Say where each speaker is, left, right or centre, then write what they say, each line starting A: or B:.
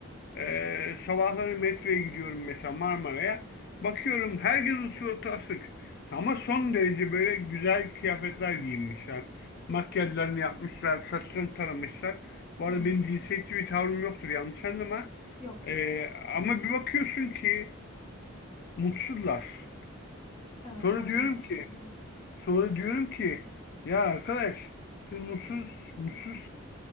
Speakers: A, on the left; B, on the left.
A: e, sabahları metroya gidiyorum mesela Marmara'ya. Bakıyorum herkesin suratı asık. Ama son derece böyle güzel kıyafetler giyinmişler. Makyajlarını yapmışlar, saçlarını taramışlar. Bu
B: Evet.
A: arada benim cinsiyetçi bir tavrım yoktur yanlış anlama.
B: Yok yok.
A: E, ama bir bakıyorsun ki mutsuzlar.
B: Evet,
A: Sonra
B: aynen
A: diyorum
B: o şekilde.
A: ki Sonra diyorum ki ya arkadaş siz mutsuz, mutsuz